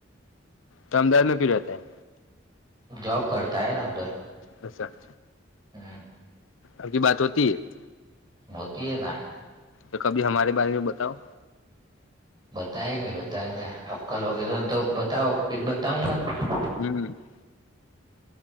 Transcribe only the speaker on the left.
તો અમદાવાદમાં ક્યૂ રહેતા હે.
અચ્છા.
આપકી બાત હોતી હૈ?
તો કભી હમારે બારે માં બતાવ.
<unintelligible>